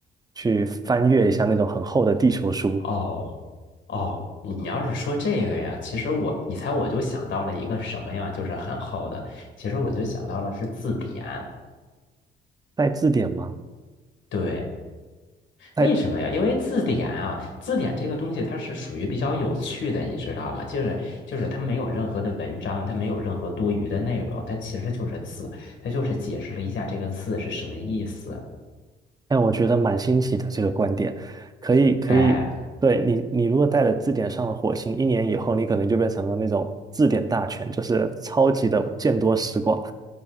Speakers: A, on the right; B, on the left.
A: 去翻阅一下那种很厚的地球书。
B: 哦哦，你要是说这个呀，其实我，你猜我就想到了一个什么呀，就是很厚的，其实我就想到了是字典。
A: 带字典吗？
B: 对，
A: 带，
B: 为什么呀？因为字典啊，字典这个东西它是属于比较有趣的，你知道吗？就是就是它没有任何的文章，它没有任何多余的内容，它其实就是字，它就是解释了一下这个字是什么意思。
A: 但我觉得蛮新奇的这个观点，可以可以，
B: 哎，
A: 对你你如果带了字典上了火星，一年以后你可能就变成了那种字典大全，就是超级的见多识广。